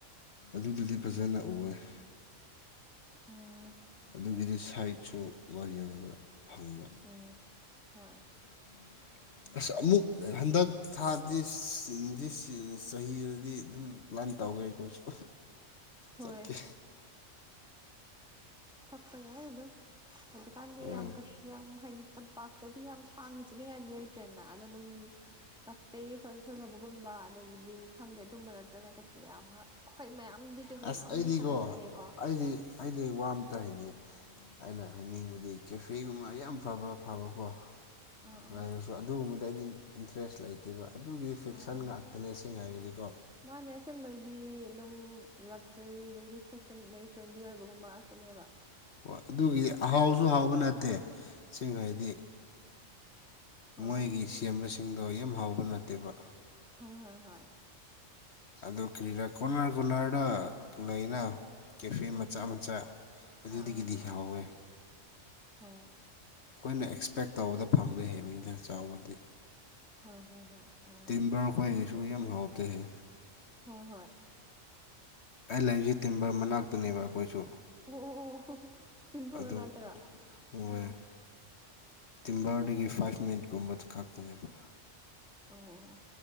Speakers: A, on the left; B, in the centre.
A: ꯑꯗꯨꯗꯗꯤ ꯐꯖꯅ ꯎꯏꯌꯦ ꯫
B: ꯎꯝ
A: ꯑꯗꯨꯒꯤꯗꯤ ꯁꯥꯏꯠꯁꯨ ꯃꯥ ꯌꯦꯡꯕ ꯐꯪꯕ
B: ꯑꯣ ꯍꯣꯏ
A: <inaudible> ꯑꯁ ꯑꯃꯨꯛ ꯍꯟꯗꯛ ꯊꯥꯗꯤ ꯗꯤꯁ ꯗꯤꯁ ꯆꯍꯤꯗꯗꯤ ꯑꯗꯨꯝ ꯄ꯭ꯂꯥꯟ ꯇꯧꯒꯦ ꯑꯩꯈꯣꯏꯁꯨ
B: ꯍꯣꯏ
A: ꯆꯠꯀꯦ
B: ꯇꯄ ꯌꯥꯏ ꯑ ꯑꯗꯨꯝ ꯍꯧꯖꯤꯛꯀꯥꯟꯗꯤ
A: ꯍꯣꯏ
B: ꯌꯥꯝ ꯀꯩꯁꯨ ꯌꯥꯝ ꯍꯥꯏꯗꯤ ꯇꯝꯄꯥꯛꯇꯗꯤ ꯌꯥꯝ ꯁꯥꯡꯅ ꯆꯠꯅꯤꯡꯉꯥꯏꯗꯤ ꯂꯩꯇ꯭ꯔꯦꯅ ꯑꯗ ꯑꯗꯨꯝ ꯀꯞ ꯐꯦ <unintelligible> ꯒꯨꯝꯕ ꯑꯗꯒꯤꯗꯤ ꯈꯪꯗꯦ ꯑꯗꯨꯝꯕ ꯅꯠꯇꯅ ꯀꯩꯁꯨ ꯌꯥꯝ ꯍꯥꯞ ꯍꯣꯏ ꯃꯌꯥꯝꯗꯤ ꯀꯩꯀꯩ
A: ꯑꯁ
B: ꯃꯌꯥꯝꯕꯨꯗꯤ
A: ꯑꯩꯗꯤꯀꯣ
B: ꯁꯥꯒꯠꯅꯔꯛꯑꯦꯀꯣ ꯫
A: ꯑꯩꯗꯤ ꯑꯩꯗꯤ ꯋꯥ ꯑꯃ ꯇꯥꯏꯅꯦ ꯑꯩꯅ ꯍꯥꯏꯅꯤꯡꯕꯗꯤ ꯀꯦꯐꯦꯒꯨꯝꯕ ꯌꯥꯝ ꯐꯕ ꯐꯕꯀꯣ
B: ꯑꯥ ꯑꯥ
A: ꯂꯩꯔꯁꯨ ꯑꯗꯨꯒꯨꯝꯕꯗ ꯑꯩꯗꯤ ꯏꯟꯇꯔꯦꯁ ꯂꯩꯇꯦꯕ ꯑꯗꯨꯒꯤꯗꯤ ꯐꯤꯛꯁꯟ
B: ꯑꯥ ꯑꯥ
A: ꯉꯥꯛꯇ ꯅꯦꯁꯁꯤꯡ ꯍꯥꯏꯔꯗꯤꯀꯣ
B: ꯃꯥꯅꯦ ꯑꯁꯦꯡꯕꯩꯗꯤ ꯑꯗꯨꯝ ꯂꯛ ꯁꯤꯔꯤ ꯑꯗꯩꯗꯤ ꯐꯦꯁꯟ ꯑꯗꯩ ꯇ꯭ꯔꯦꯟꯗꯤ ꯑꯣꯏꯕꯒꯨꯝꯕ ꯉꯥꯛꯇꯅꯦꯕ
A: ꯍꯣꯏ ꯑꯗꯨꯒꯤꯗꯤ ꯍꯥꯎꯁꯨ ꯍꯥꯎꯕ ꯅꯠꯇꯦ ꯁꯤꯡ ꯍꯥꯏꯗꯤ
B: ꯍꯣꯏ
A: ꯃꯣꯏꯒꯤ ꯁꯦꯝꯕꯁꯤꯡꯗꯣ ꯌꯥꯝ ꯍꯥꯎꯕ ꯅꯠꯇꯦꯕ
B: ꯍꯣꯏ ꯍꯣꯏ ꯍꯣꯏ
A: ꯑꯗꯨ ꯀꯔꯤꯔꯥ ꯀꯣꯂꯔ ꯀꯣꯂꯔꯗ ꯂꯩꯅ ꯀꯦꯐꯦ
B: ꯍꯣꯏ
A: ꯃꯆꯥ
B: ꯍꯣꯏ
A: ꯃꯆꯥ ꯑꯗꯨꯗꯒꯤꯗꯤ
B: ꯑꯥ ꯑꯥ ꯑꯥ
A: ꯍꯥꯎꯋꯦ
B: ꯍꯣꯏ
A: ꯑꯩꯈꯣꯏꯅ ꯑꯦꯛꯁꯄꯦꯛ ꯇꯧꯕꯗ ꯐꯪꯗꯦ ꯍꯩꯕꯅꯤꯅ ꯆꯥꯎꯕꯗꯤ
B: ꯍꯣꯏ ꯍꯣꯏ ꯍꯣꯏ ꯑꯥ
A: ꯇꯤꯝꯕꯔ ꯈꯣꯏꯒꯤꯁꯨ ꯌꯥꯝ ꯍꯥꯎꯇꯦꯍꯦ
B: ꯍꯣꯏ ꯍꯣꯏ
A: ꯑꯩ ꯂꯩꯁꯤ ꯇꯤꯝꯕꯔ ꯃꯅꯥꯛꯇꯅꯦꯕ ꯑꯩꯈꯣꯏꯁꯨ
B: ꯑꯣꯑꯣꯑꯣ ꯍꯣ ꯍꯣ ꯇꯤꯝꯕꯔ
A: ꯑꯗꯨ
B: ꯃꯅꯥꯛꯇꯔꯣ
A: ꯍꯣꯏ
B: ꯑꯣ
A: ꯇꯤꯝꯕꯔꯗꯒꯤ ꯐꯥꯏꯚ ꯃꯤꯅꯤꯠꯀꯨꯝꯕꯗ ꯈꯛꯇꯅꯦꯕ
B: ꯑꯣ